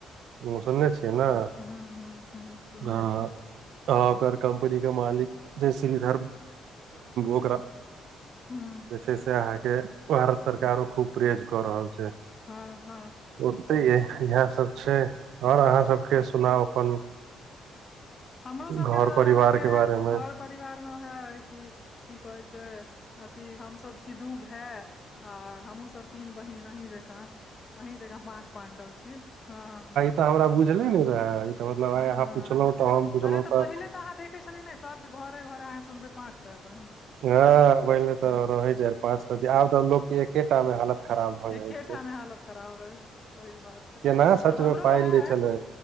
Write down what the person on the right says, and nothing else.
हुँ सुनने छियै नय
हँ
अहाँ ओकर कम्पनी कऽ मालिक जय श्रीधर ओकरा
जे छै से अहाँकेँ भारत सरकारो खूब परेज कऽ रहल छै
ओतैेये इहै सब छै आओर अहाँ सबके सुनाउ अपन
घर
परिवार
के बारे मे
इ तऽ हमरा बुझले नय रहै ई तऽ मतलब आय
अहाँ पुछलहुँ तऽ हम बुझलहुँ
तऽ
हँ पहिल
तऽ रहै जाय पाँच पती आब तऽ लोक केँ एकेटा मे हालत खराब भऽ जाइ
छै
केना सच
मे पाइ
लै
छलै